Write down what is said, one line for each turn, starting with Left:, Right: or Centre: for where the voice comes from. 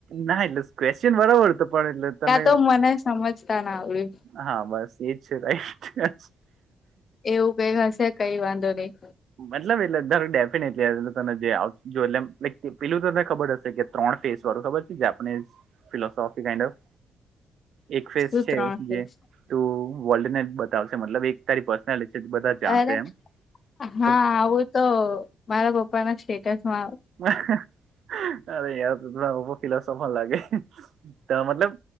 Right: ના એટલે કવેશ્ચન બરાબર તો પણે એટલે તને
Left: કા તો મને સમજતા ના આવડ્યું
Right: હા બસ એ જ રાઈટ
Left: એવું કઈ હશે કઈ વાંધો નહી
Right: મતલબ એટલેાર ડેફિનેટલી તને આવ એ પેલું તને ખબર હશે કે ત્રણ ફેસ વાળું ખબર છે જાપનીઝ ફિલોસોફી કન્ડ ઓફ
Left: <inaudible>
Right: એક ફેસ છે
Left: ત્રણ ફેસ
Right: જે તું વર્લ્ડ ને બતાવશે મતલબ એક તારી પર્સનાલિટી છે બધા જાણશે
Left: અરે
Right: એમ ખબર
Left: હા આવું તો મારા પપ્પા ના સ્ટેટસ માં
Right: અરે તરા ઉપ ફ સફન લાગે મતલબ